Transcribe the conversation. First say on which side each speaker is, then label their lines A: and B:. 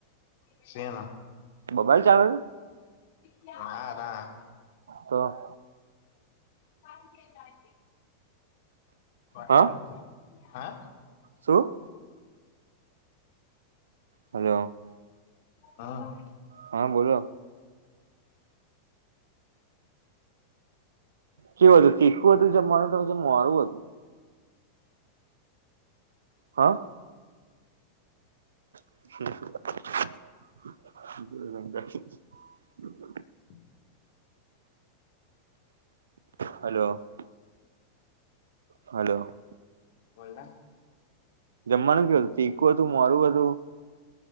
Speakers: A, on the left; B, on the right.
A: શેનો?
B: બબાલ ચાલે છે.
A: ના-ના.
B: તો.
A: કે જાયે છે. બાયલા
B: હા
A: હે?
B: શું? હલો.
A: હા.
B: હા બોલો. કેવું હતું તીખું હતું જમવાનું કે પછી મોરૂ હતું. હ? <inaudible>
A: <inaudible>
B: હલો. હલો.
A: બોલ ને.
B: જમવાનું કેવું હતું. તીકું હતું મોરુ હતું.